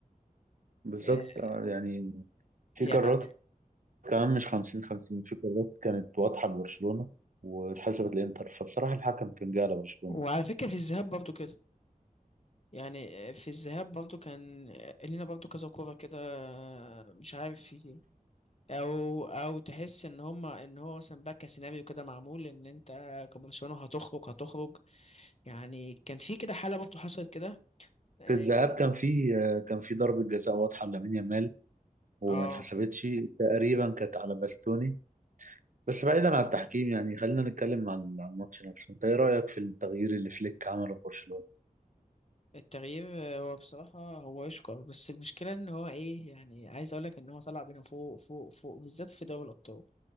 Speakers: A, on the right; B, on the left.
A: بالظبط
B: آه،
A: آه، يعني في
B: يعني
A: قرارات كمان مش 50 50 في قرارات كانت واضحة لبرشلونة واتحسبت للإنتر فبصراحة الحكم كان جاي على برشلونة
B: وعلى فكرة في الذهاب برضو كده يعني في الذهاب برضو كان آه، لينا برضو كذا كورة كده آه، مش عارف في او او تحس ان هما ان هو مثلا بقى كسيناريو كده معمول ان انت كبرشلونه هتخرج هتخرج يعني كان في كده حاله برضه حصلت كده اه
A: في الذهاب كان في كان في ضربة جزاء واضحة لامين يامال وما
B: آه،
A: اتحسبتش تقريبا كانت على باستوني بس بعيدا عن التحكيم يعني خلينا نتكلم عن عن الماتش نفسه انت ايه رأيك في التغيير اللي فليك عمله في برشلونة
B: التغيير آه، هو بصراحه هو يشكر بس المشكله ان هو ايه يعني عايز اقول لك ان هو طلع بينا فوق فوق فوق بالذات في دوري الابطال